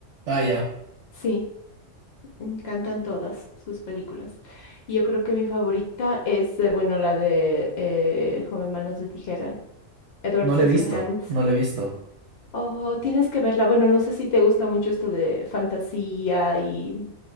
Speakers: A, on the right; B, on the left.
A: Ah, ya,
B: Sí, me encantan todas sus películas. Y Yo creo que mi favorita es, eh, bueno, la de eh, Joven Manos de Tijera. Edward
A: no
B: Scissorhands.
A: le he visto, no le he visto.
B: Oh, tienes que verla. Bueno, no sé si te gusta mucho esto de fantasía y,